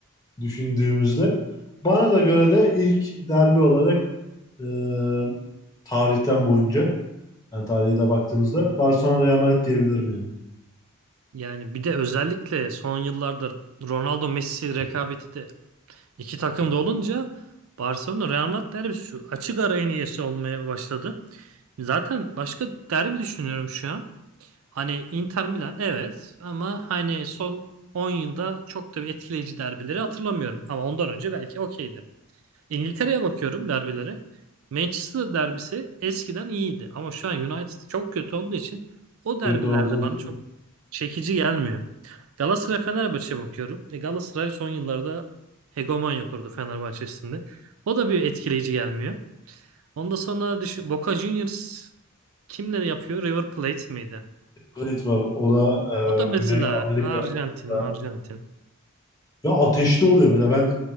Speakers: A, on the left; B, on the right.
A: düşündüğümüzde. Bana da göre de ilk derbi olarak eee, tarihten boyunca yani tarihe de baktığımızda Barcelona Real Madrid diyebilirim yani.
B: Yani bir de özellikle son yıllarda Ronaldo Messi rekabeti de iki takımda olunca Barcelona Real Madrid derbisi şu açık ara en iyisi olmaya başladı. Zaten başka derbi düşünüyorum şu an. Hani Inter Milan evet ama hani son 10 yılda çok da bir etkileyici derbileri hatırlamıyorum. Ama ondan önce belki okeydi. İngiltere'ye bakıyorum derbilere. Manchester derbisi eskiden iyiydi ama şu an United çok kötü olduğu için o derbilerde
A: kötü olduğu
B: bana
A: için
B: çok çekici gelmiyor. Galatasaray Fenerbahçe'ye bakıyorum. E, Galatasaray son yıllarda hegemonya kurdu Fenerbahçe'sinde. O da bir etkileyici gelmiyor. Ondan sonra düşün, Boca Juniors kimleri yapıyor? River Plate miydi?
A: Blade var. O da e,
B: O da
A: Güney
B: mesela
A: Amerika'da
B: Arjantin, Arjantin.
A: ya ateşli oluyor mesela ben